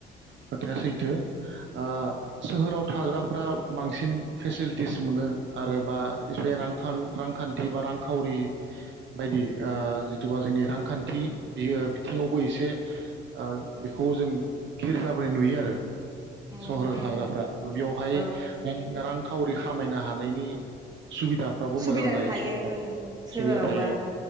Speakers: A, on the right; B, on the right.
A: खोथाया सैथो ओ सोहोराव थाग्राफ्रा बांसिन फेसिलिटिस मोनो आरो बा एसे रां रांखान्थि बा रांखावरि बायदि ओ जिथुुबा जोंनि रांखान्थि बियो थिङावबो एसे ओ बेखौ जों गिर जाबोनाय नुयो आरो
B: उम
A: सहराव
B: उम
A: थाग्राफ्रा बेयावहाय
B: औ
A: रां खावरि खामायनो हानायनि सुबिदाफ्राबो
B: सुबिदा
A: मोजां जायो
B: थायो
A: सहराव
B: ओं सोहोरावबा
A: सुबिदा थायो